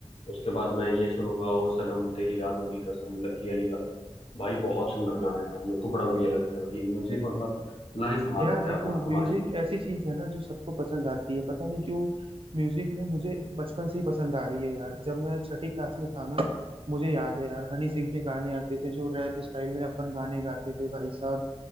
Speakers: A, on the left; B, on the right.
A: उसके बाद मैं ये सुनूंगा ओ सनम तेरी यादों की कसम लकी अली का भाई बहुत सुंदर गाना है यार मेरे को बड़ा बढ़िया लगता है भाई म्यूजिक मतलब लाइफ बना
B: यार
A: देता
B: देखो
A: है हमा-
B: म्यूजिक
A: हमारी
B: ऐसी चीज है ना जो सबको पसंद आती है पता नहीं क्यों म्यूजिक ना मुझे बचपन से ही पसंद आ रही है यार जब मैं छठी क्लास में था ना मुझे याद है यार हनी सिंह के गाने आते थे जो रैप स्टाइल में अपन गाने गाते थे भाई साहब